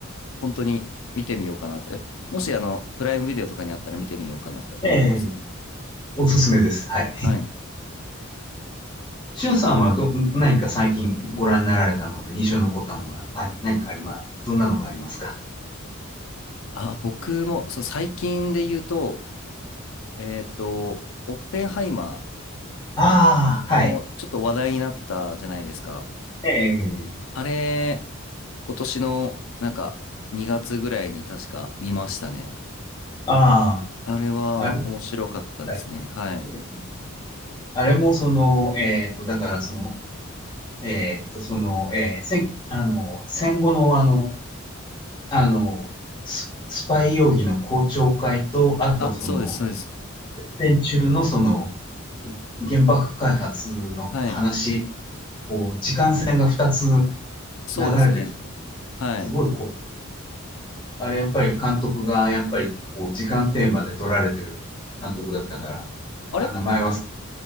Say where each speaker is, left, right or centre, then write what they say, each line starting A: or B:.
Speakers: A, on the left (about 70°); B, on the left (about 20°).
A: 本当に見てみようかなって。えもし、あの、プライムビデオとかにあったら見てみようかなって思います。
B: ええ、おすすめです。はい。
A: はい。
B: <laughs> しゅんさんはど、何か最近ご覧になられたので印象に残ったものは、はい、何かあります、どんなのがありますか
A: あ、僕も、そう、最近で言うと、えっと、オッペンハイマ
B: ああ、はい。
A: ーもちょっと話題になってたじゃないですか。
B: ええ、
A: あれ、今年のなんか2月ぐらいに確か見ましたね。
B: あ
A: あれは面白かったですね。
B: あ、あれ、はい
A: はい。
B: うんあれもその、えっと、だからその、えっと、その、えー戦あの、戦後のあの、あの、ス、スパイ容疑の公聴会と、あとその、
A: あ、そうです、そうです。
B: 戦中のその、原爆開発の話、
A: はい。
B: こう、時間線が2つ
A: そうですね。
B: 流れてくて、
A: はい。
B: すごいこう、あれやっぱり監督が、やっぱり、こう、時間テーマで撮られてる監督だったから、
A: あれ
B: あ、名前忘